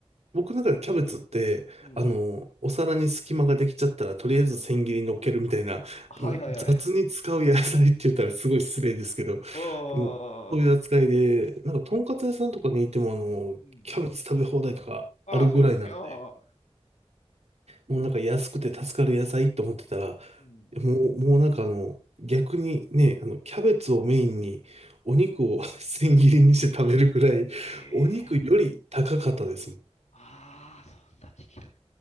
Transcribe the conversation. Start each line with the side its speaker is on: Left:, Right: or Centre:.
Right: 僕の中でキャベツって、
Left: うん。
Right: あの、お皿に隙間ができちゃったら、とりあえず千切りに乗っけるみたいな、
Left: あ、はいはいはい。
Right: もう雑に使う野菜って言ったらすごい失礼ですけど、
Left: あん
Right: うん。そういう扱いで、なんか、とんかつ屋さんとかにいても、あの、
Left: うん。
Right: キャベツ食べ放題とかあるぐらいなんで、
Left: ああ、そうですよね。ああ。
Right: もうなんか安くて助かる野菜と思ってたら、
Left: うん。
Right: もう、もうなんかあの、逆にね、あの、キャベツをメインに、お肉を <laughs> 千切りにして食べるぐらい、
Left: ええー
Right: お肉より高かったですもん。い
Left: ああ、そんな時期、そん